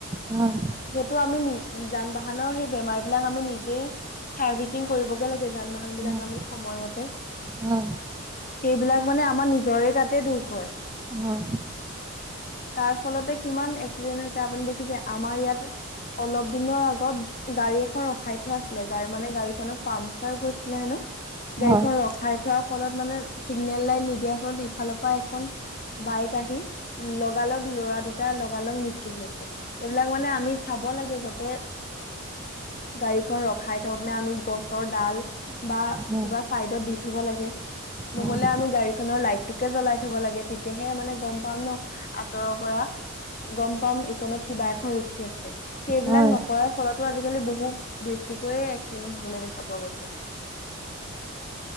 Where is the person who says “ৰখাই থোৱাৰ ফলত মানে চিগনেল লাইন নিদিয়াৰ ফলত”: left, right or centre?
Left